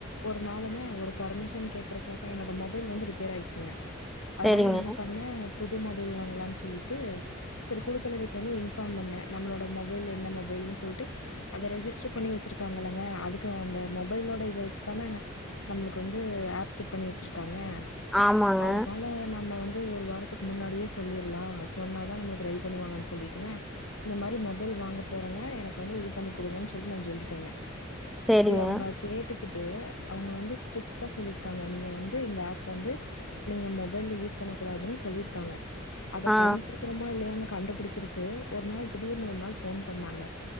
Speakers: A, on the left; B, in the centre.
A: ஒரு நாளுங்க ஒரு பர்மிஷன் கேக்குறதுக்காக என்னோட மொபைல் வந்து ரிப்பேர் ஆயிடுச்சுங்க அதனால
B: சேரிங்க
A: என்ன பண்ண புது மொபைல் வாங்கலான்னு சொல்லிட்டு சரி குடுத்தலைவைக்கு வந்து இன்ஃபார்ம் பண்ணேன் நம்மளோட மொபைல் எந்த மொபைல்ன்னு சொல்லிட்டு அதை ரெஜிஸ்டர் பண்ணி வச்சிருக்காங்கங்க அதுக்கு அந்த மொபைலோட இதை வச்சு தானே நம்மளுக்கு வந்து ஆப் செட் பண்ணி வச்சிருக்காங்க
B: ஆமாங்க
A: அதனால நம்ம வந்து ஒரு வாரத்துக்கு முன்னாடியே சொல்லிரலாம் சொன்னாதான் நம்மளுக்கு ரெடி பண்ணுவாங்கன்னு சொல்லிட்டுங்க இந்த மாதிரி மொபைல் வாங்க போறங்க எனக்கு வந்து இது பண்ணி கொடுங்கன்னு சொல்லிட்டு நான் சொல்லிட்டங்க
B: சேரிங்க
A: அவங்க கேட்டுக்கிட்டு அவங்க வந்து ஸ்ரிட்டா சொல்லிருக்காங்க நீங்க வந்து இந்த ஆப் வந்து நீங்க மொபைல்ல யூஸ் பண்ணக்கூடாதுன்னு சொல்லிருக்காங்க அதை
B: ஆ
A: பயன்படுத்துறமா இல்லையான்னு கண்டுபிடிக்க இருக்கு ஒரு நாள் திடீர்னு ஒரு நாள் போன் பண்ணாங்க